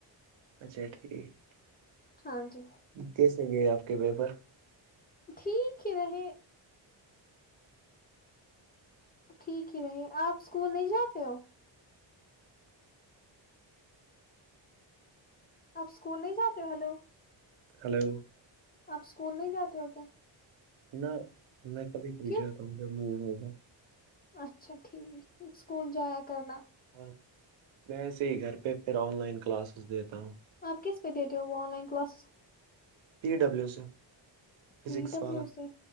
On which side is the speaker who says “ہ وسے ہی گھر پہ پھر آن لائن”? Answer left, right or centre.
Right